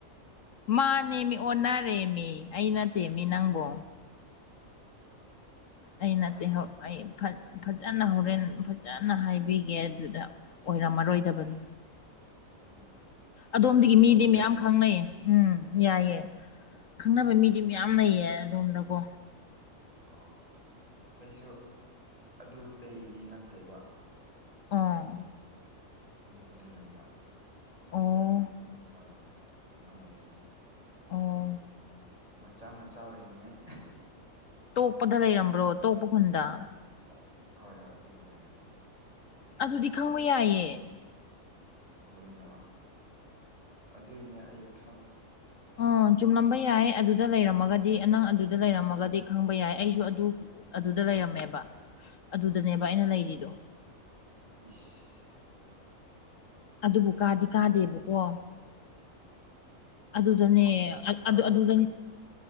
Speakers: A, on the left; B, on the right.
A: ꯃꯥꯅꯦ ꯃꯤ ꯑꯣꯟꯅꯔꯦ ꯃꯤ ꯑꯩ ꯅꯠꯇꯦ ꯃꯤ
B: ꯎꯝ
A: ꯅꯪꯕꯣ ꯑꯩ
B: ꯐꯔꯦꯅꯦ
A: ꯅꯠꯇꯦ
B: ꯐꯔꯦ
A: ꯑꯩ ꯐꯖꯅ ꯍꯣꯔꯦꯟ ꯐꯖꯅ ꯍꯥꯏꯕꯤꯒꯦ ꯑꯗꯨꯗ ꯑꯣꯏꯔꯝꯃꯔꯣꯏꯗꯕꯅꯤ
B: ꯎꯝ ꯎꯝ ꯎꯝ ꯁꯤ
A: ꯑꯗꯣꯝꯗꯒꯤ
B: ꯂꯣꯏꯔꯒ ꯇꯧꯕ
A: ꯃꯤꯗꯤ
B: ꯌꯥꯏꯅ
A: ꯃꯌꯥꯝ ꯈꯪꯅꯩꯌꯦ ꯎꯨꯝ ꯌꯥꯏꯌꯦ ꯈꯪꯅꯕ
B: ꯎꯝ
A: ꯃꯤꯗꯤ ꯃꯌꯥꯝ ꯂꯩꯌꯦ ꯑꯗꯣꯝꯗꯀꯣ
B: ꯑꯣ ꯑꯩꯁꯨ ꯑꯗꯨꯗꯤ ꯅꯠꯇꯦꯕ
A: ꯑꯣ
B: ꯑꯗꯨꯗ ꯂꯩꯔꯝꯕ
A: ꯑꯣ
B: ꯑꯗꯨꯗ ꯁ꯭ꯀꯨꯜ ꯀꯥꯔꯝꯕ ꯑꯉꯥꯡ ꯑꯣꯏꯔꯤꯉꯩ
A: ꯑꯣ
B: ꯃꯆꯥ ꯃꯆꯥ ꯑꯣꯏꯔꯤꯉꯩ
A: ꯇꯣꯛꯄꯗ ꯂꯩꯔꯝꯕ꯭ꯔꯣ ꯇꯣꯛꯄ ꯈꯨꯟꯗ
B: ꯗ ꯍꯣꯏ ꯍꯣꯏ ꯑꯗꯨꯗ ꯂꯩꯔꯝꯕ
A: ꯑꯗꯨꯗꯤ ꯈꯪꯕ ꯌꯥꯏꯌꯦ
B: ꯍꯣꯏꯅꯥ ꯑꯗꯨꯏꯅꯦ ꯑꯩ ꯈꯪ
A: ꯑꯣ ꯆꯨꯝꯂꯝꯕ ꯌꯥꯏ ꯑꯗꯨꯗ ꯂꯩꯔꯝꯃꯒꯗꯤ ꯅꯪ ꯑꯗꯨꯗ ꯂꯩꯔꯝꯃꯒꯗꯤ ꯈꯪꯕ ꯌꯥꯏ ꯑꯩꯁꯨ ꯑꯗꯨ ꯑꯗꯨꯗ ꯂꯩꯔꯝꯃꯦꯕ ꯑꯗꯨꯗꯅꯦꯕ ꯑꯩꯅ ꯂꯩꯔꯤꯗꯣ
B: ꯏꯁ
A: ꯑꯗꯨꯕꯨ ꯀꯥꯗꯤ
B: ꯀꯃꯥꯏꯅ
A: ꯀꯥꯗꯦꯕꯀꯣ ꯑꯗꯨꯗꯅꯦ
B: ꯀꯃꯥꯏ ꯅꯪ ꯀꯥꯏ
A: ꯑꯗꯨ ꯑꯗꯨꯗꯅꯦ